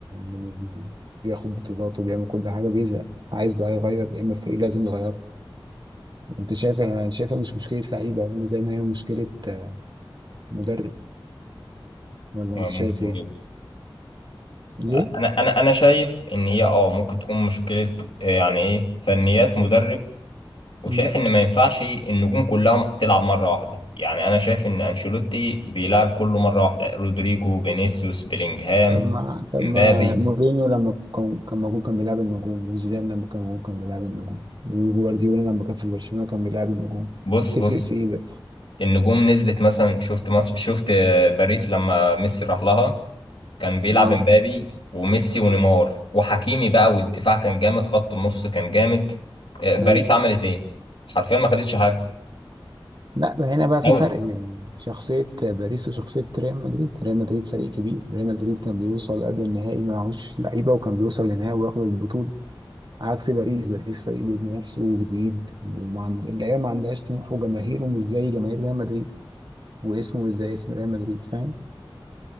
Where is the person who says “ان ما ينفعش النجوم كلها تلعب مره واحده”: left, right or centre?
Left